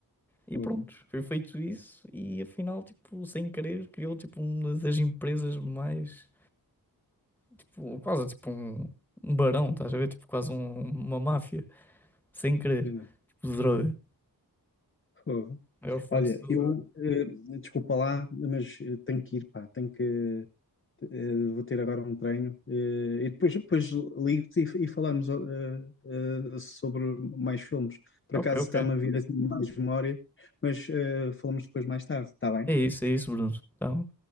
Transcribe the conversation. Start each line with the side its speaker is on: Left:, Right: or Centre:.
Centre: E
Left: boa.
Centre: pronto, foi feito isso e afinal, tipo, sem querer, criou tipo uma das empresas mais, tipo, quase tipo um, um barão, estás a ver? Tipo, quase um- uma máfia,
Left: Yeah.
Centre: sem querer,
Left: Pena.
Centre: tipo de droga.
Left: Fogo.
Centre: Maior fornecedor
Left: Olha, eu,
Centre: de droga.
Left: eh, desculpa lá, mas eh, tenho que ir, pá, tenho que, eh, vou ter agora um treino, eh, e depois, depois ligo-te e, e falamos eh, eh, sobre mais filmes. Por
Centre: Ok,
Left: acaso
Centre: ok.
Left: está-me a vir assim mais memória, mas eh, falamos depois mais tarde, está bem?
Centre: É isso, é isso, Bruno. Então,